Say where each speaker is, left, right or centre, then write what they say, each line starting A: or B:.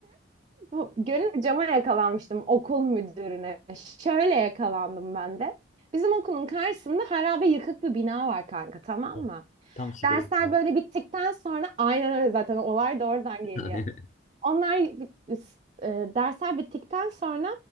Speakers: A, on the right; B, on the left.
A: Bu Gönül cama yakalanmıştım okul müdürüne. Şöyle yakalandım ben de. Bizim okulun karşısında harabe yıkık bir bina var kanka tamam
B: Evet.
A: mı?
B: Tam sigara
A: Dersler
B: içmeyin.
A: böyle bittikten sonra aynen öyle zaten olay da oradan
B: <laughs>
A: geliyor.
B: Aynen.
A: Onlar e, dersler bittikten sonra